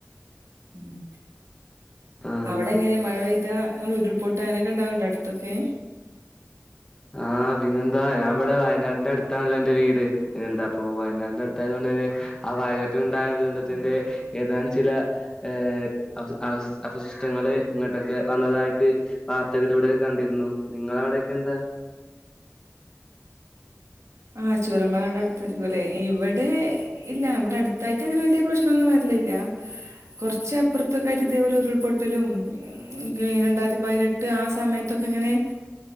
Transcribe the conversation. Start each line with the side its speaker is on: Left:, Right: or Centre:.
Right: ഉം
Left: ആഹ്
Right: അവിടെ എങ്ങനെയ മഴ പെയ്താ ഉരുൾപൊട്ട അങ്ങനൊക്കെ ഉണ്ടാവറുണ്ടോ അടുത്തൊക്കെ
Left: ആഹ് പിന്നെന്താ ഞാൻ ഇവിടെ വയനാടിന്റെ അടുത്താണല്ലോ ഇന്റെ വീട് എന്താ അപ്പൊ വയനാടിന്റെ അടുത്തായതൊണ്ട് തന്നെ ആ വായനാട്ടില ഉണ്ടായ ദുരന്തത്തിന്റെ ഏതാനും ചില ഏഹ് അവ അവ അവശിഷ്ടങ്ങൾ ഇങ്ങോട്ടൊക്കെ വന്നതായിട്ട് വാർത്തകളിലൂടെ കണ്ടിരുന്നു നിങ്ങള അവിടെക്കെ എന്താ
Right: ആഹ് ചൂരൽ മലേടെ അടുത്തായിരിക്കും ല്ലേ ഇവിടെ ഇല്ല ഇവ്ടെ അട്ത്തായിട്ട് അങ്ങനെ വല്യെ പ്രശ്നൊന്നും വര്ലില്ല കൊർച്ച് അപ്പർത്തൊക്കായിട്ട് ഇതേപോലെ ഉരുൾപൊട്ടലും <unintelligible> രണ്ടായ്ര്ത്തി പയ്നെട്ട് ആ സമയത്തൊക്കെങ്ങനെ